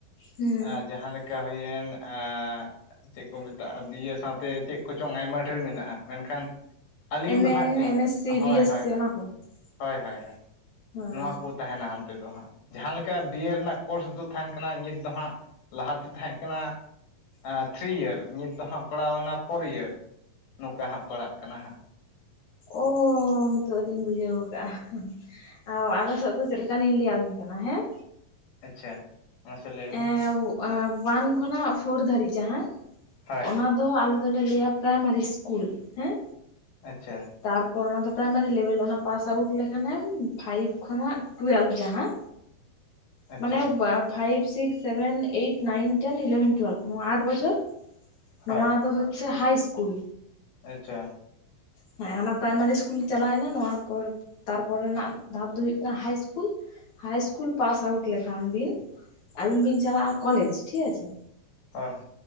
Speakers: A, on the left; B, on the left.
A: ᱦᱩᱸ
B: ᱟᱸ ᱡᱟᱦᱟᱸ ᱞᱮᱠᱟ ᱦᱩᱭᱮᱱ ᱟᱸ ᱪᱮᱫ ᱠᱚ ᱢᱮᱛᱟᱜ-ᱟ ᱵᱤᱭᱮ ᱥᱟᱶᱛᱮ ᱪᱮᱫ ᱠᱚᱪᱚᱝ ᱟᱭᱢᱟ ᱰᱷᱮᱨ ᱢᱮᱱᱟᱜ-ᱟ, ᱢᱮᱱᱠᱷᱟᱱ ᱟᱹᱞᱤᱧ
A: ᱮᱢ
B: ᱫᱚ
A: ᱮ
B: ᱦᱟᱸᱜ ᱡᱮ
A: ᱮᱢ ᱮᱥ ᱥᱤ
B: ᱦᱳᱭ
A: ᱵᱤ
B: ᱦᱳᱭ
A: <unintelligible>
B: ᱦᱳᱭ ᱦᱳᱭ ᱦᱳᱭ
A: ᱦᱮᱸ
B: ᱱᱚᱣᱟ ᱠᱩᱛ ᱛᱟᱦᱮᱱᱟ ᱦᱟᱱᱛᱮ ᱫᱚ ᱦᱟᱸᱜ, ᱡᱟᱦᱟᱸ ᱞᱮᱠᱟ ᱵᱤᱭᱮ ᱨᱮᱱᱟᱜ ᱠᱳᱨᱥ ᱫᱚ ᱛᱟᱦᱮᱱ ᱠᱟᱱᱟ ᱱᱤᱛ ᱫᱚ ᱦᱟᱸᱜ ᱞᱟᱦᱟᱛᱮ ᱛᱟᱦᱮᱸ ᱠᱟᱱᱟ ᱟᱸ ᱛᱷᱨᱤ ᱤᱭᱟᱨ ᱱᱤᱛ ᱫᱚ ᱦᱟᱸᱜ ᱯᱟᱲᱟᱣᱱᱟ ᱯᱷᱳᱨ ᱤᱭᱟᱨ ᱱᱚᱝᱠᱟ ᱦᱟᱸᱜ ᱯᱟᱲᱟᱜ ᱠᱟᱱᱟ ᱦᱟᱸᱜ
A: ᱳ ᱱᱤᱛᱚᱜ ᱞᱤᱧ ᱵᱩᱡᱷᱟᱹᱣ ᱠᱟᱜ-ᱟ ᱚ ᱟᱞᱮ ᱥᱮᱫ ᱫᱚ ᱪᱮᱫ ᱞᱮᱠᱟ ᱞᱤᱧ ᱞᱟᱹᱭ ᱵᱤᱱ ᱛᱟᱦᱮᱸ ᱠᱟᱱᱟ ᱦᱮᱸ
B: ᱟᱪᱪᱷᱟ ᱢᱟᱥᱮ ᱞᱟᱹᱭ ᱢᱮ
A: ᱮᱸ ᱮᱸ ᱚᱣᱟᱱ ᱠᱷᱚᱱᱟᱜ ᱯᱷᱳᱨ ᱫᱷᱟᱹᱨᱤᱡ ᱡᱟᱦᱟᱸ
B: ᱦᱳᱭ
A: ᱚᱱᱟ ᱫᱚ ᱟᱞᱮ ᱫᱚᱞᱮ ᱞᱟᱹᱭᱟ ᱯᱨᱟᱭᱢᱟᱨᱤ ᱤᱥᱠᱩᱞ ᱦᱮᱸ
B: ᱟᱪᱪᱷᱟ
A: ᱛᱟᱨᱯᱚᱨ ᱚᱱᱟ ᱫᱚ ᱯᱨᱟᱭᱢᱟᱨᱤ ᱞᱮᱵᱮᱞ ᱚᱱᱟ ᱯᱟᱥ ᱟᱣᱩᱴ ᱞᱮᱠᱷᱟᱱᱮᱢ ᱯᱷᱟᱭᱤᱵ ᱠᱷᱚᱱᱟᱜ ᱴᱩᱭᱮᱞᱵᱷ ᱡᱟᱦᱟᱸ
B: ᱟᱪᱪᱷᱟ
A: ᱢᱟᱱᱮ ᱵᱚ five, six, seven, eight, nine, ten, eleven, twelve ᱱᱚᱣᱟ ᱟᱴ ᱵᱚᱪᱷᱚᱨ
B: ᱦᱳᱭ
A: ᱱᱚᱣᱟ ᱫᱚ ᱦᱚᱪᱪᱷᱮ ᱦᱟᱭ ᱤᱥᱠᱩᱞ
B: ᱟᱪᱪᱷᱟ
A: ᱦᱮᱸ ᱦᱟᱱᱟ ᱯᱨᱟᱭᱢᱟᱨᱤ ᱤᱥᱠᱩᱞ ᱪᱟᱞᱟᱣᱱᱟ ᱱᱚᱶᱟ ᱯᱚᱨ ᱛᱟᱨᱯᱚᱨᱮᱱᱟᱜ ᱫᱷᱟᱯ ᱫᱚ ᱦᱩᱭᱩᱜ ᱠᱟᱱᱟ high school, high school pass out ᱞᱮᱠᱷᱟᱱ ᱵᱤᱱ ᱟᱵᱤᱱ ᱵᱤᱱ ᱪᱟᱞᱟᱜ-ᱟ ᱠᱚᱞᱮᱡᱽ ᱴᱷᱤᱠ ᱟᱪᱷᱮ
B: ᱦᱳᱭ ᱦᱳᱭ